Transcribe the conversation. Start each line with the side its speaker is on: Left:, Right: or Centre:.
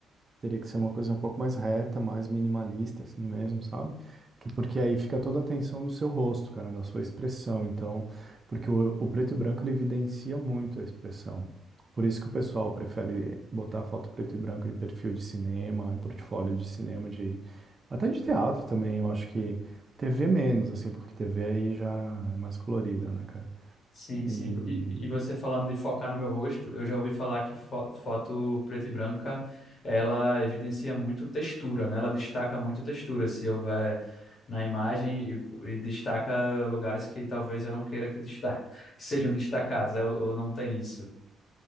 Right: Teria que ser uma coisa um pouco mais reta, mais minimalista, assim mesmo, sabe? Que porque aí fica toda a atenção no seu rosto, cara, na sua expressão. Então, porque o, o preto e branco ele evidencia muito a expressão. Por isso que o pessoal prefere botar foto preto e branco em perfil de cinema, em portfólio de cinema, de até de teatro também. Eu acho que TV menos, assim, porque TV aí já é mais colorida, né, cara?
Left: Sim,
Right: E
Left: sim. E, e você falando de focar no meu rosto, eu já ouvi falar que fo- foto preta e branca, ela evidencia muito textura, né? Ela destaca muito textura, se houver na imagem e, e destaca lugares que talvez eu não queira que, desta <laughs> que sejam destacados, eu, eu não tenho isso.